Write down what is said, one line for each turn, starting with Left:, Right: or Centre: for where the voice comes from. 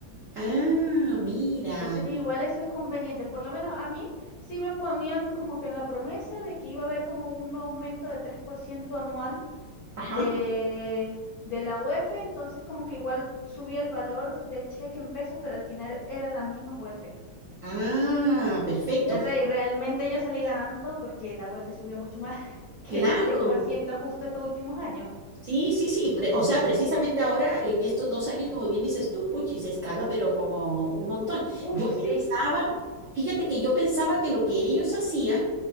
Right: ah, mira.
Left: Entonces, igual eso es conveniente. Por lo menos a mí sí me ponían como que en la promesa de que iba a haber como un aumento de 3% anual
Right: Ajá.
Left: de, de la UEF, entonces como que igual subía el valor del cheque en pesos, pero al final eran las mismas UEF.
Right: Ah, perfecto.
Left: O sea, y realmente yo salí ganando porque la UEF subió mucho más <laughs> que
Right: Claro,
Left: seis por ciento justo estos últimos años.
Right: Sí, sí, sí. pre- o sea, precisamente ahora, en estos dos años, como bien dices tú, puchi, se escaló, pero como un montón.
Left: Uf,
Right: Yo pensaba,
Left: sí.
Right: fíjate que yo pensaba que lo que ellos hacían,